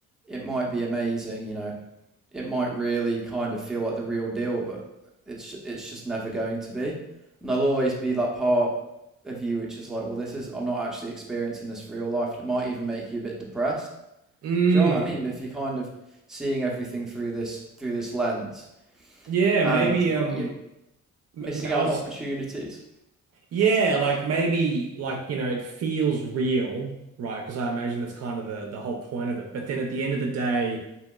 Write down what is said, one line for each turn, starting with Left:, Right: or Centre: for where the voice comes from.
Centre: it might be amazing. You know, it might really kind of feel like the real deal, but it's it's just never going to be. And there'll always be that part of you which is like, well, this is I'm not actually experiencing this for real life, and it might even make you a bit depressed.
Right: Mm.
Centre: Do you know what I mean? But If you're kind of seeing everything through this through this lens,
Right: Yeah,
Centre: and
Right: maybe um
Centre: you're
Right: m-
Centre: missing
Right: m- I
Centre: out
Right: was
Centre: on opportunities.
Right: Yeah, like maybe like you know it feels real, right? Because I imagine that's kind of the the whole point of it. But then at the end of the day,